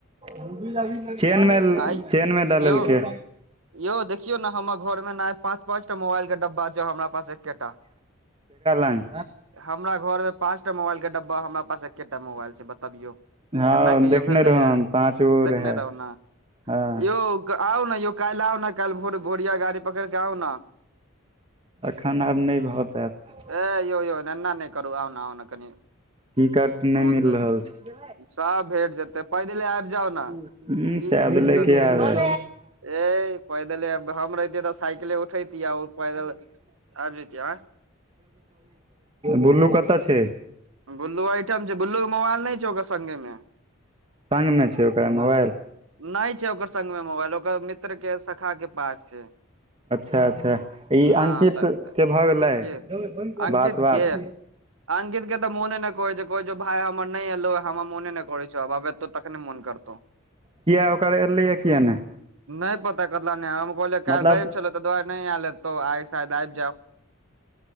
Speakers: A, on the right (about 25°); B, on the right (about 75°).
A: <inaudible> चेनमे
B: आ
A: चेनमे डालेलकै
B: यौ यौ देखियौ न हमर घर मे न पाँच पाँच टा मोबाइल के डब्बा छै हमरा पास एके टा
A: लग
B: हमरा घर मे पाँच टा मोबाइल के डब्बा हमरा पास एकेटा मोबाइल छै बतियौ
A: हँ
B: एना कहियो
A: देखने
B: भेलैए
A: रहौ हम पाँच गो
B: देखने
A: रहै
B: रहु न
A: हँ
B: यौ आउ ने यौ काल्ह आउ न काल्ह भोर भोरिया गाड़ी पकड़ कऽ आउ ने
A: एखन आब नय भऽ पायत
B: ह यौ यौ एना नय करू आउ ने आउ ने कनि
A: टिकट
B: मोन
A: नय मिल
B: तऽ
A: रहल छै
B: सब भेट जेतै पैदले आबि जाउ न
A: ह
B: की
A: पैद
B: दिक्कत
A: लेके
B: छै
A: आबै
B: ए पैदले आबि हम रहितियै तऽ साइकिले उठैतिय आओर पैदल आबि जेतियै आंय
A: बुल्लु कऽतऽ छै
B: बुल्लु अइठम छै बुल्लु के मोबाइल नय छौ ओकर संगे मे
A: संग मे छै ओकरा मोबाईल
B: नय छै ओकर संग मे मोबाइल ओकर मित्र के शखा के पास छै
A: अच्छा अच्छा ई
B: हँ
A: अंकित
B: तऽ
A: के भऽ गेलै
B: के अंकित
A: बात वात
B: के अंकित के तऽ मोने नय कहै छै कहै छै भाय हमर नय ऐलौ हमर मोऽने नय करै छौ आब ऐतौ तहने मोऽन करतौ
A: किया ओकर ऐलैया किया नय
B: नय पता कतऽ नय हम कहलियै
A: मतलब
B: काइल रबि छलै तऽ दुआरे नय आईल हेतौ आइ शायद आबि जाउ